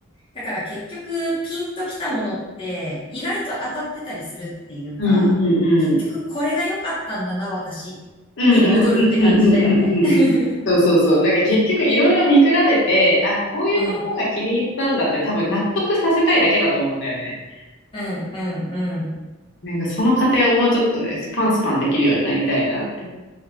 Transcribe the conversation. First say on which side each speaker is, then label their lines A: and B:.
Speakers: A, on the left; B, on the left.
A: だから結局ピンときたものって意外と当たってたりするっていうか、
B: うん
A: 結局これが良かったんだな、
B: うん
A: 私に戻るって感じだよね。
B: うんうんうんうんうんうんうんうん。
A: <laughs>
B: そうそうそう。なんか結局いろいろ見比べて、あ、こういうところが気に入ったんだって多分納得させたいだけだと思うんだよね。
A: うん。うん、うん、うん。
B: なんかその過程をもうちょっとね、スパンスパンできるようになりたいなって。